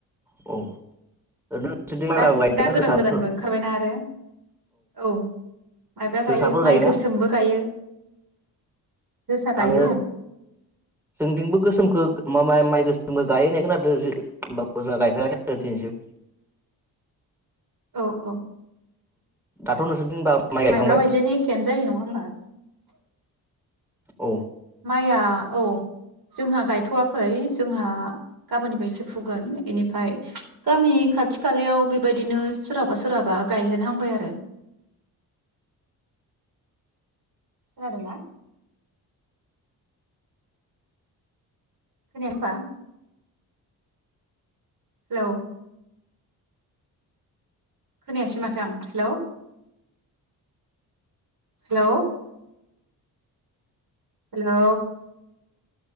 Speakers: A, in the centre; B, on the right.
A: औ। ओरैनो। नोंसोरनिथिं माइब्राबो
B: दा
A: गायोना
B: दा
A: जोसाफोर
B: गोदान गोदानबो ओंखारबायना आरो। औ माइब्रा
A: जोसाफोर
B: गायो
A: गायोना
B: माइ गोसोमबो गायो जोसा गायो।
A: आङो जोंथिंबो गोसोमखौ माइ माइ गोसोमबो गायो होननाय खोनादों होमबाबो जोंहा गायफेराखै दिनैसिम।
B: औ औ
A: <inaudible> माइ गायखांबाय
B: माइब्रा बायदियानो
A: औ
B: एखेयानो जायो नङा होमबा।
A: औ।
B: माइआ औ जोंहा गायथ'वाखै जोंहा गाबोननिफायसो फुगोन बेनिफ्राय गामि खाथि खालायाव बेबायदिनो सोरहाबा सोरहाबा गायजेनहांबाय आरो। खोनादोंना। खोनायाखै होमबा। हेलौ। खोनायासै माथो आं हेलौ। हेलौ। हेलौ।